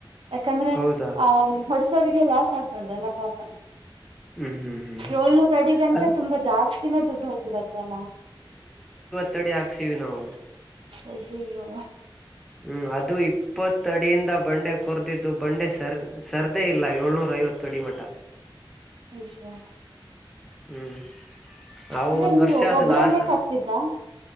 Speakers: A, on the right; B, in the centre.
A: ಯಾಕಂದ್ರೆ.
B: ಹೌದಾ
A: ಆ ಹೊಡ್ಸೋರಿಗೆ ಲಾಸ್ ಆಗ್ಬಾರ್ದಲ್ಲ ಪಾಪ.
B: ಹ್ಮ್ ಹ್ಮ್ ಹ್ಮ್
A: ಏಳ್ನೂರು ಅಡಿಗ ಅಂದ್ರೆ
B: ಅದ್
A: ತುಂಬಾ ಜಾಸ್ತಿನೆ ದುಡ್ಡು ಹೋಗ್ಬಿಡತ್ತಲ್ಲ.
B: ತ್ತಡಿ ಹಾಕ್ಸಿವಿ ನಾವು.
A: ಅಯ್ಯಯ್ಯೋ
B: ಹ್ಮ್ ಅದು ಇಪ್ಪತ್ತ ಅಡಿಯಿಂದ ಬಂಡೆ ಕೊರ್ದಿದ್ದು ಬಂಡೆ ಸರ್ ಸರ್ದೇ ಇಲ್ಲ ಏಳ್ನೂರ ಐವತ್ತು ಅಡಿ ಮಠ.
A: ಐಶೂ
B: ಹ್ಮ್ ಅವು
A: ಅಂದ್ರೆ
B: ಒಂದ್
A: ನೀವು
B: ವರ್ಷ ಅದು
A: ಒಬ್ರನ್ನೇ
B: ಲಾಸ್
A: ಕರ್ಸಿದ್ದಾ.